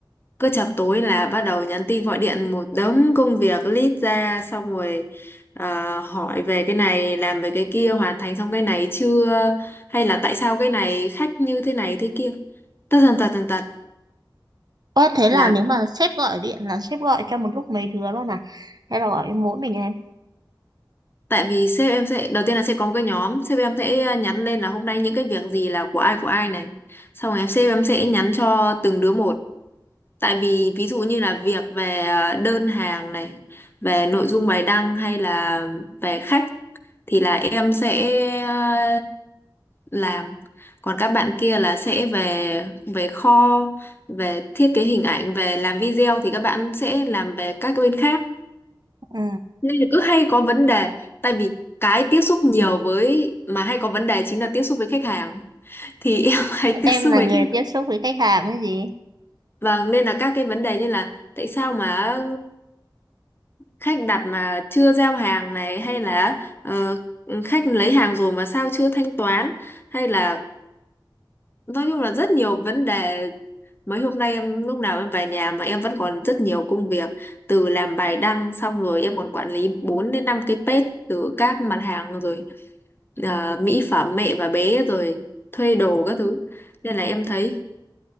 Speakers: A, on the left; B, on the right.
A: cứ chập tối là bắt đầu nhắn tin gọi điện một đống công việc list ra xong rồi ờ, hỏi về cái này làm về cái kia hoàn thành xong cái này chưa hay là tại sao cái này khách như thế này thế kia tất tần tật tần tật
B: Ơ thế là
A: là
B: nếu mà sếp gọi điện là sếp gọi cho một lúc mấy đứa luôn à? Hay là gọi cho mỗi mình em?
A: tại vì sếp em sẽ đầu tiên là sẽ có một cái nhóm sếp em sẽ ờ, nhắn lên là hôm nay những cái việc gì là của ai của ai này xong rồi em sếp em sẽ nhắn cho từng đứa một tại vì ví dụ như là việc về ờ, đơn hàng này về nội dung bài đăng hay là về khách thì là em sẽ ờ, làm còn các bạn kia là sẽ về về kho về thiết kế hình ảnh về làm video thì các bạn sẽ làm về các bên khác
B: Ừ.
A: nên là cứ hay có vấn đề tại vì cái tiếp xúc nhiều với mà hay có vấn đề chính là tiếp xúc với khách hàng thì em <laughs> hay tiếp
B: Em
A: xúc
B: là
A: với
B: người
A: khách
B: tiếp
A: hàng
B: xúc với khách hàng hay gì?
A: vâng nên là các cái vấn đề như là tại sao mà khách đặt mà chưa giao hàng này hay là ờ, khách lấy hàng rồi mà sao chưa thanh toán hay là nói chung là rất nhiều vấn đề mấy hôm nay em lúc nào em về nhà mà em vẫn còn rất nhiều công việc từ làm bài đăng xong rồi em còn quản lý 4 đến 5 cái page từ các mặt hàng rồi à, mỹ phẩm mẹ và bé rồi thuê đồ các thứ nên là em thấy